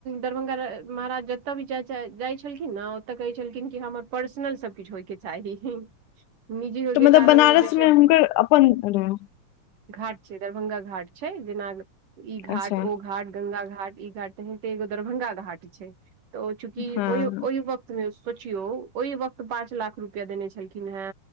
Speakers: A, on the right; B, on the left.
A: दरभंगा महाराज जतय भी जा जाइ छलखिन ने ओतय कहै छलखिन कि हमर पर्सनल सब किछु होयके चाही। निजी होगै
B: तऽ मतलब
A: कारण
B: बनारस
A: हो ज छै
B: मे
A: अपन
B: हुनकर
A: <unintelligible>
B: अपन रहै
A: घाट छै दरभंगा घाट छै जेना ई घाट
B: अच्छा
A: ओ घाट ग्ंगा घाट ई घाट। तनैहिते एगो दरभंगा घाट छै, तऽ ओ चूँकि
B: हँ
A: ओहि वक्त। सोचियौ ओहि वक्त पाँच लाख रुपआ देने छलखिन हे